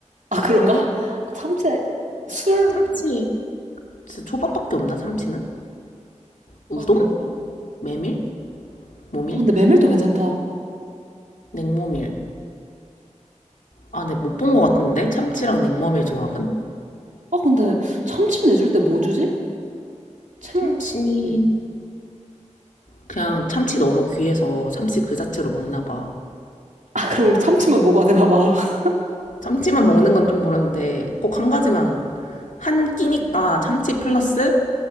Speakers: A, on the right; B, on the left.
A: 아, 그런가? 참치에 술?
B: 참치. 진짜 초밥밖에 없나? 참치는? 우동?
A: 아, 그런가?
B: 메밀? 모밀?
A: 아, 근데 메밀도 괜찮다.
B: 냉모밀. 아, 근데 못 본 것 같은데? 참치랑 냉모밀 조합은?
A: 아, 근데 참치 내줄 때 뭐 주지? 참,
B: 참치.
A: 참치.
B: 그냥 참치 너무 귀해서 참치 그 자체로 먹나 봐.
A: 아, 그럼 우리 참치만 먹어야 되나 봐. <laughs>
B: 참치만 먹는 건 좀 그런데 꼭 한 가지만 한 끼니까 참치 플러스